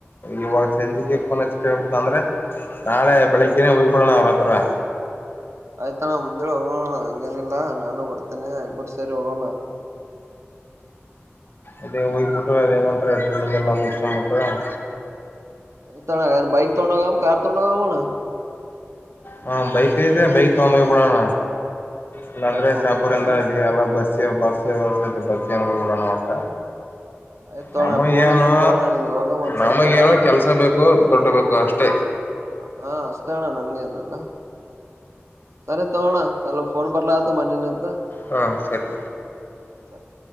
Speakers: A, on the left; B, on the right.
A: ಇವಾಗ ಸಂಜಿಕ ಫೋನ್ ಹಚ್ಚಿ ಕೇಳ್ ಂತ ಅಂದ್ರೆ ನಾಳೆ ಬೆಳಿಗ್ಗೆನೆ ಹೋಗ್ಬಿಡೋಣ ಅವ್ರ ಹತ್ರ <inaudible>
B: ಆಯ್ತ ನ ಮುಂದೇಳಿ ಹೋಗೋಣ ಹಂಗೇನಿಲ್ಲಾ ನಾನು ಬರ್ತೇನೆ ಇಬ್ಬರು ಸೇರಿ ಹೋಗೋಣ <inaudible>
A: ಅದೇ ಹೋಗ್ಬಿಟ್ರರು ಅದ ಏನಂತಾರೆ ಟ್ರೈನಿಂಗ್ ಎಲ್ಲ ಇಷ್ಟೊಂಡ್ ಬಿಿಟ್ರ <inaudible>
B: ತ ಬೈಕ್ ತಗೊಂಡು ಹೋಗೋಣ ಕಾರ್ ತಗೊಂಡ್ ಹೋಗೋಣ
A: ಹ ಬೈಕ್ ಐತ ಬೈಕ್ ತಗೊಂಡು ಬಿಡೋಣ ಇಲ್ಲಾ ಅಂದ್ರೆ
B: ಬೈಕ್ ತಗೊಂಡ್
A: ಶಾಪುರ್ಂದ
B: ಹೋಗಣ
A: ಇಲ್ಲಿ ಎಲ್ಲ ಬಸ್ ಬಸ್ ವ್ಯವಸ್ಥ ಬಸ್ ಯಾನ ಕೂಡಣ ಅಂತ
B: ಆಯ್ತ್ ತಗೋಣ
A: ನಮಗೇ
B: ಫೋನ್
A: ಏನೋ
B: ಹಚ್ತೀನಿ ತಗೋಣ ನಿನ್ಗ್ ಹೋಗ ಮತ್ ಸಾಯಂಕಾಲ
A: ನಮಗೇ ಏನೋ ಕೆಲ್ಸ ಬೇಕು ಬು ದುಡ್ಡು ಬೇಕು ಅಷ್ಟೇ
B: ಹ ಅಷ್ಟ ಅಣ್ಣ ನಮ್ಗೇನಲ್ಲ ಸರಿ ತಗೋ ಅಣ್ಣಾ ಸ್ವಲ್ಪ ಫೋನ್ ಬರ್ಲಾತತ ಮನಿಲಿಂದ
A: ಹಾ ಸರಿ
B: ಸರಿ